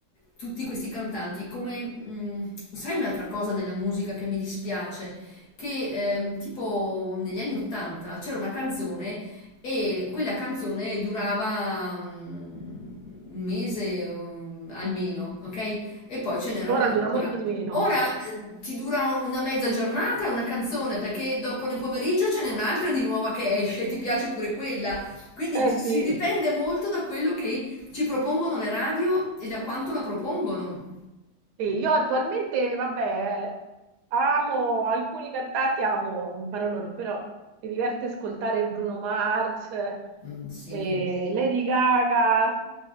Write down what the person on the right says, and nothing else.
Ora
dura molto di meno.
Eh
sì.
Sì, io attualmente, vabbè, amo alcuni cantanti, amo un parolone, però mi diverte ascoltare Bruno Mars,
eh, Lady Gaga.